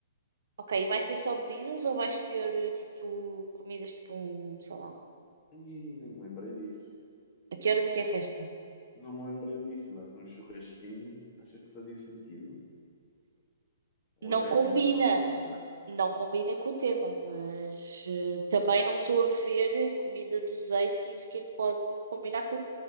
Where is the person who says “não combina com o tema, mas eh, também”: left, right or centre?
Right